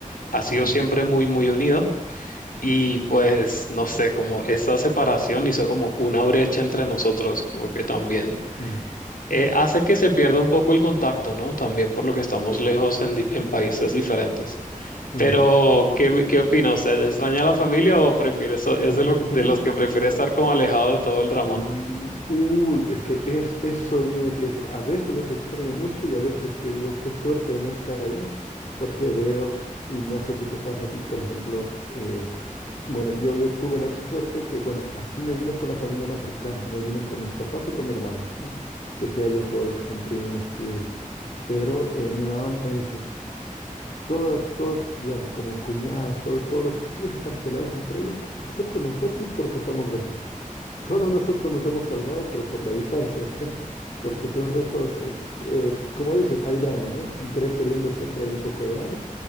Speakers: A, on the left; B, on the left.
A: ha sido
B: ujú,
A: siempre muy, muy unida y pues no sé, como esa separación hizo como una brecha entre nosotros, como que también
B: ujú.
A: eh, hace que se pierda un poco el contacto, ¿no? También por lo que estamos
B: Sí.
A: lejos en, di- en países diferentes. Pero,
B: mm,
A: ¿qué, me- qué opina usted? ¿Extraña a la familia o prefiere, so- es
B: Sí.
A: de,
B: <laughs>
A: lo- de los que prefiere estar como alejado de todo el drama?
B: Uh, uh, es que es eso mismo te iba a decir. A veces los extraño mucho y a veces que digo, qué suerte de no estar ahí, porque veo, y no sé si te pasa a ti, por ejemplo, eh, bueno, yo, yo tuve la suerte que, bueno, aquí me vine con la familia más cercana, me vine con mis papás y con mi hermano, ¿no? Dejé allá todo lo que son primos, tíos, pero eh, mi mamá me dice, Todas, todas las como cuñados, todo- todos los tíos están peleados entre ellos, excepto nosotros porque estamos lejos. <laughs> Solo nosotros nos hemos salvado, pero por la distancia, <laughs> porque todo el resto es, es, eh, como dices, hay drama, ¿no? Sin querer queriendo siempre hay un poco de drama,